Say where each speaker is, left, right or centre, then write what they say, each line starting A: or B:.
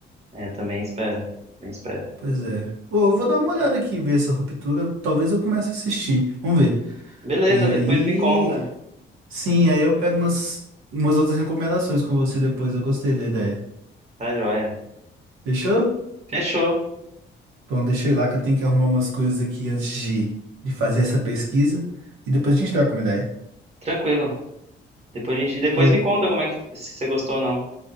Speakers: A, on the right; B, on the right.
A: É, também espero. Também espero.
B: Pois é. Ô, eu vou dar uma olhada aqui, ver essa ruptura. Talvez eu comece a assistir. Vamos ver.
A: Beleza,
B: E aí,
A: depois me conta.
B: Sim, aí eu pego umas, umas outras recomendações com você depois. Eu gostei da ideia.
A: Tá joia.
B: Fechou?
A: Fechou.
B: Bom, deixa eu ir lá que eu tenho que arrumar umas coisas aqui antes de, de fazer essa pesquisa. E depois a gente troca uma ideia.
A: Tranquilo. Depois a gente, depois
B: Falou.
A: me conta como é que se você gostou ou não.